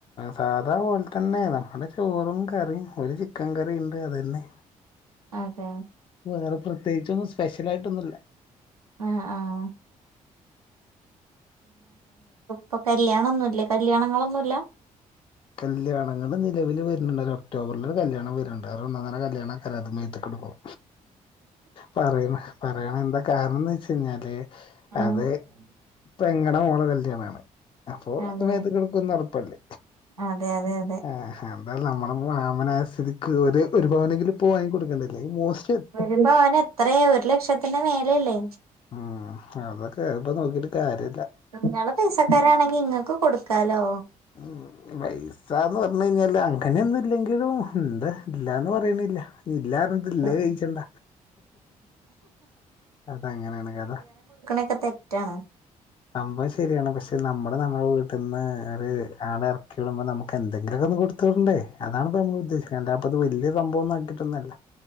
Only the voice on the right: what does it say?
അതെ
ആഹ് ആഹ് പ്പൊ കല്യാണൊന്നുല്ലേ കല്യാണങ്ങളൊന്നൂല്ല
ഉം
അതെ
അതെ അതെ അതെ
ഒരു പവന് എത്രയാ ഒരു ലക്ഷത്തിന്റെ മേലയല്ലേ
നിങ്ങള് പൈസക്കാരാണെങ്കി ഇങ്ങക്ക് കൊടുക്കാലോ
ആഹ്
ഒക്കെ തെറ്റാണ്